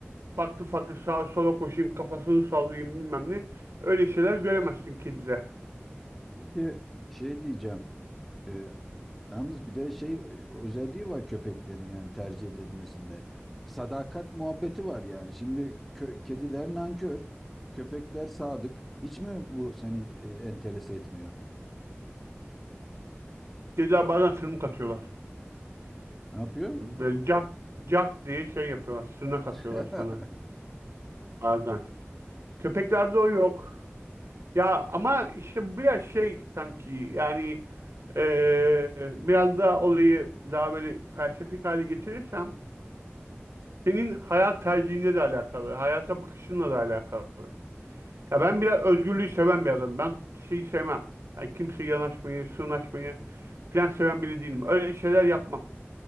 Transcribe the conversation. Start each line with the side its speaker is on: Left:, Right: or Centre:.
Right: farklı farklı sağa sola koşayım kafasını sallayayım bilmem ne. Öyle şeyler göremezsin kedide.
Centre: peki şey diyeceğim. e, yalnız bir de şey e, özelliği var köpeklerin yani tercih edilmesinde. Sadakat muhabbeti var yani. Şimdi kö- kediler nankör, köpekler sadık. Hiç mi bu seni e, enterese etmiyor?
Right: Kediler bazen tırmık atıyorlar.
Centre: Ne yapıyor?
Right: Böyle cak, cak diye şey yapıyorlar. Sırnak atıyorlar
Centre: <laughs>
Right: sana bazen. Köpeklerde o yok. Ya ama işte biraz şey sanki yani eee, biraz daha olayı daha böyle felsefik hale getirirsem senin hayat tercihinle de alakalı. Hayata bakışınla da alakalı. Ya ben biraz özgürlüğü seven bir adamım. Ben şeyi sevmem. Yani kimseye yanaşmayı, sırnaşmayı falan seven biri değilim. Öyle şeyler yapmam.